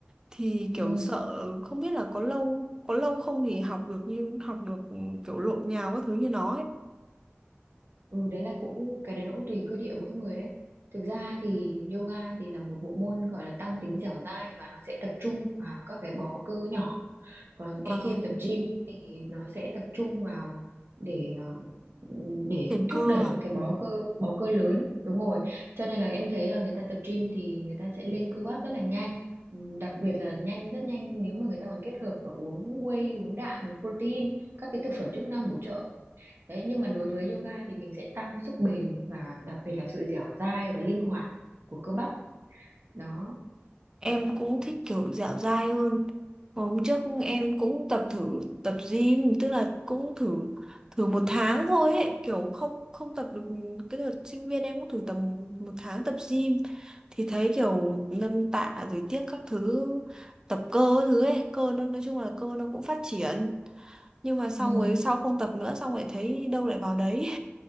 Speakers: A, on the right; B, on the right.
A: Thì
B: ừ.
A: kiểu sợ không biết là có lâu có lâu không thì học được như học được kiểu lộn nhào các thứ như nó ấy.
B: ừ đấy là cũng cái đấy nó cũng tùy cơ địa mỗi người đấy thực ra thì yoga thì là một bộ môn gọi là tăng tính dẻo dai và nó sẽ tập trung vào các cái bó cơ nhỏ còn
A: Ờ,
B: anh khi em tập gym thì nó sẽ tập trung vào để ờ, để
A: phát triển
B: thúc
A: cơ
B: đẩy
A: à?
B: những cái bó cơ bó cơ lớn đúng rồi cho nên là em thấy là người ta tập gym thì người ta sẽ lên cơ bắp rất là nhanh Ừm, đặc biệt là nhanh rất nhanh nếu mà người ta còn kết hợp và uống whey uống đạm uống protein các cái thực phẩm chức năng bổ trợ đấy nhưng mà đối với yoga thì mình sẽ tăng sức bền và đặc biệt là sự dẻo dai và linh hoạt của cơ bắp đó
A: em cũng thích kiểu dẻo dai hơn hôm trước em cũng tập thử tập gym tức là cũng thử thử một tháng thôi ấy. kiểu không không tập được cái đợt sinh viên em cũng thử tầm một tháng tập gym thì thấy kiểu nâng tạ rồi tiếc các thứ tập cơ các thứ ấy cơ nó nói chung là cơ nó cũng phát triển nhưng mà xong
B: Ừm,
A: rồi sau không tập nữa xong lại thấy đâu lại vào đấy